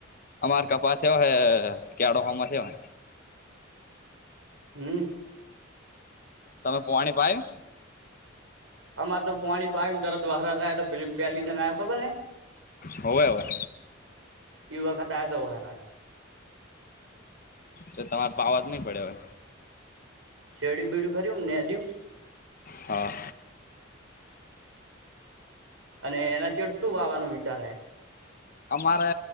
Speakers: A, on the left; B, on the right.
A: અમાર કપાસ થયો હ કેળો હમાં થ્યો હે
B: હમ
A: તમે પોણી પાયુ
B: અમારે તો પાણી પાયુ તરત વારસાદ આયો પ પાર લીધેને આવ્યા ખબર હે
A: હોવે હોવે.
B: એ વખત આ જાવ હારજ
A: તો તમારે પાવા જ નહી પડે હવે.
B: શેરડયું બેરડ્યુ ખરું આમ નેરડ્યું
A: હા
B: અને એના ચડ શું વાવાનો વિચાર હ
A: અમારે